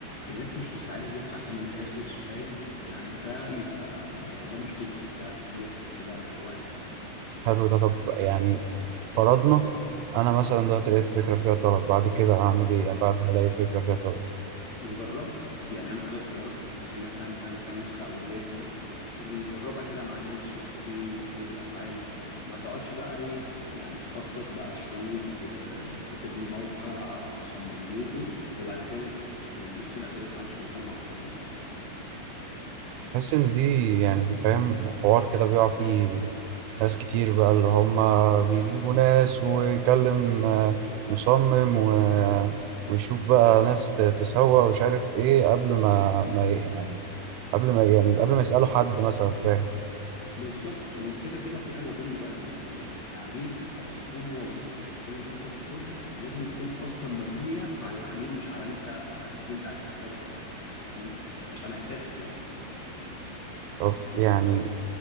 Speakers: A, on the left; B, on the right.
A: الناس مش مستعدة تدفع فيه من الآخر فاهم يعني ده يبقى يعني ده مش بيزنس ده ديت كده هواية
B: حلو ده طب يعني فرضنا انا مثلا دلوقتي لقيت فكره فيها طلب بعد كده اعمل ايه يعني بعد ما الاقي فكره فيها طلب
A: جربها يعني اعمل حاجه صغيره كانك فاهم فاهم تعمل نسخه اوليه كده إيه، جربها كده مع ناس شوف ايه ردود الافعال ما تقعدش بقى ايه يعني تخطط بقى شهور و... وتبني موقع وتصمم لوجو وبعد كده ت- يعني الناس في الاخر تطلع مش مهتمه اصلا باللي انت بتعمله
B: بحس ان دي يعني فاهم حوار كده بيقع فيه ناس كتير بقى اللي هم بيجيبوا ناس ويكلم آه، مصمم و- ويشوف بقى ناس ت- تسوق ومش عارف ايه قبل ما ما ي- يعني قبل ما يعني قبل ما يسألوا حد مثلا فاهم
A: بالظبط وكده كده في حاجه مهمه بقى هنا يعني العميل او الزبون هو البوصله كل خطوه بتاخدها لازم تكون اصلا مبنيه على العميل مش على انت حاسس ان انت عايز تعمل كده دلوقتي يعني فاهم مش على احساسك
B: طب يعني